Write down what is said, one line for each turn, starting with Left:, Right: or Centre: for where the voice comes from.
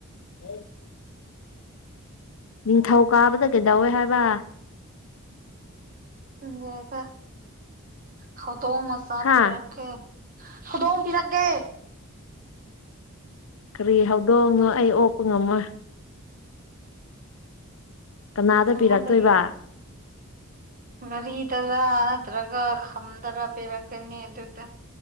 Left: ꯍ ꯅꯤꯡꯊꯧ ꯀꯥꯕꯗ ꯀꯩꯗꯧꯋꯦ ꯍꯥꯏꯕ
Right: ꯑꯗꯨꯗ ꯍꯧꯗꯣꯡ ꯃꯆꯥ
Left: ꯍꯥ
Right: ꯄꯤꯔꯛꯀꯦ ꯍꯨꯗꯣꯡ ꯄꯥꯂꯥꯛꯀꯦ
Left: ꯀꯔꯤ ꯍꯧꯗꯣꯛꯅꯣ ꯑꯩ ꯑꯣꯛꯄ ꯉꯝꯃꯣꯏ ꯀꯅꯥꯗ
Right: ꯅꯪꯉꯤꯡꯗꯒꯤ
Left: ꯄꯤꯔꯛꯇꯣꯏꯕ
Right: ꯒꯥꯔꯤꯗꯔ ꯅꯠꯇ꯭ꯔꯒ ꯈꯝꯗꯔ ꯄꯤꯔꯛꯀꯅꯤ ꯑꯗꯨꯗ